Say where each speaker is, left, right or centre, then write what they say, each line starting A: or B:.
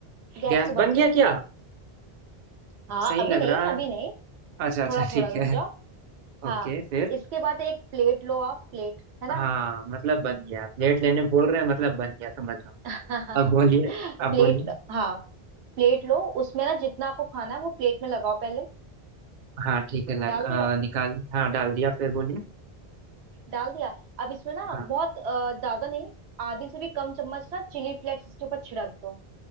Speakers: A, on the right (about 90°); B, on the right (about 55°).
A: गैस
B: गैस
A: को बंद
B: बन गया
A: कर दो
B: क्या
A: हाँ
B: सही
A: अभी
B: लग
A: नहीं
B: रहा
A: अभी
B: है
A: नहीं
B: अच्छा अच्छा
A: थोड़ा
B: ठीक
A: थोड़ा रुक
B: है
A: जाओ हाँ
B: ओके फिर
A: इसके बाद एक प्लेट लो आप प्लेट है ना
B: हाँ मतलब बन गया प्लेट लेने बोल रहे हैं मतलब बन गया समझ रहा
A: <laughs>
B: हूँ अब बोलिए
A: प्लेट
B: अब बोलिए
A: हाँ प्लेट लो उसमें ना जितना आपको खाना है वो प्लेट में लगाओ पहले
B: हाँ ठीक है लग,
A: डाल
B: अ,
A: दिया
B: निकाल हाँ डाल दिया फिर बोलिए
A: डाल दिया अब इसमें ना
B: हाँ।
A: बहुत अ, ज्यादा नहीं आधी से भी कम चम्मच ना चिली फ्लेक्स इसके ऊपर छिड़क दो